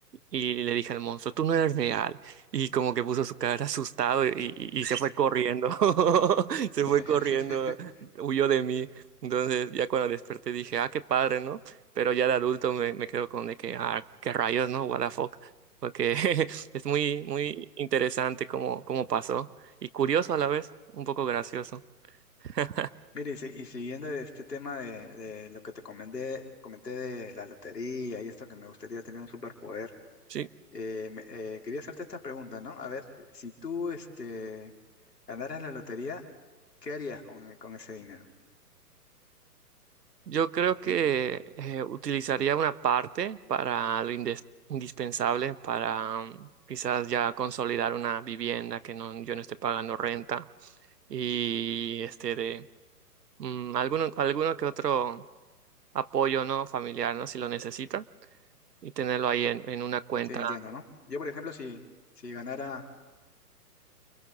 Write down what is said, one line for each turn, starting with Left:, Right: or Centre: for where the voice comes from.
Right: y le dije al monstruo, tú no eres real. Y como que puso su cara asustado y, y- y se fue corriendo, <laughs> se fue
Left: <laughs>
Right: corriendo, huyó de mí. Entonces ya cuando desperté dije, ah, qué padre, ¿no? Pero ya de adulto me, me quedo con de que, ah, qué rayos, ¿no? What the fuck. Porque <laughs> es muy, muy interesante cómo, cómo pasó y curioso a la vez, un poco gracioso. <laughs>
Left: Mire, y, si- y siguiendo este tema de, de lo que te comenté, comenté de la lotería y esto que me gustaría tener un superpoder,
Right: Sí,
Left: Eh, me- eh, quería hacerte esta pregunta, ¿no? A ver, si tú este, ganaras la lotería, ¿qué harías con, e- con ese dinero?
Right: Yo creo que
Left: En-
Right: eh, utilizaría una parte para lo indes- indispensable, para mm, quizás ya consolidar una vivienda que no, yo no esté pagando renta y este de mm, alguno, alguno que otro apoyo no familiar, ¿no? Si lo necesita y tenerlo ahí en, en una cuenta.
Left: Sí, entiendo, ¿no? Yo, por ejemplo, si, si ganara,